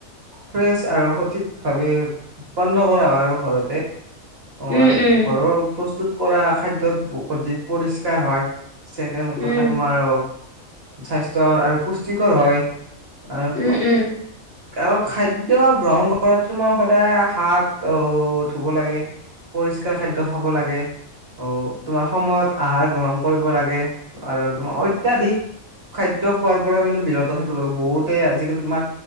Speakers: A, on the right; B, on the left.
A: ফ্ৰেছ আৰু সঠিক ভাৱে উৎপন্ন কৰা হয় আৰু ঘৰতে অ
B: উম,
A: আৰু
B: উম,
A: ঘৰৰ প্ৰস্তুত কৰা খাদ্যয়ত অধিক পৰিষ্কাৰ হয় চকেড
B: উম,
A: কথা তোমাৰ স্বাস্থ্্যৰ আৰু পুষ্টিকৰ হয় আৰু
B: উম,
A: তোমাৰ
B: উম,
A: আৰু খাদ্য গ্ৰহণ কৰা তোমাৰ সদায় হাত অ ধুব লাগে পৰিষ্কাৰ খাদ্য খাব লাগে অ তোমাৰ সময়ত আহাৰ গ্ৰহণ কৰিব লাগে আৰু তোমাৰ অত্যাধিক খাদ্য খোৱাৰ পৰা কিন্তু বিৰত থাকিব লাগে বহুতে আজিকালি তোমাৰ